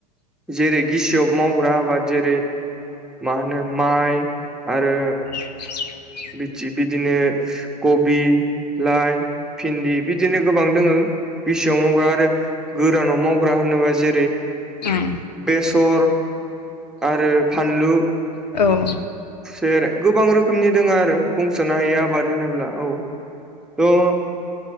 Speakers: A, in the centre; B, on the left.
A: जेरै गिसियाव मावग्रा आबाद जेरै मा होनो माइ आरो
B: <inaudible>
A: बिदि बिदिनो कबि लाइ भिन्दि बिदिनो गोबां दोङो बिसिआव मावग्रा आरो गोदानाव मावग्रा होनोबा जेरै
B: ओम
A: बेसर आरो फानलु
B: औ
A: खुसेर गोबां रोखोमनि दङ आरो बुंसोनो हायि आबाद होनोब्ला औ थ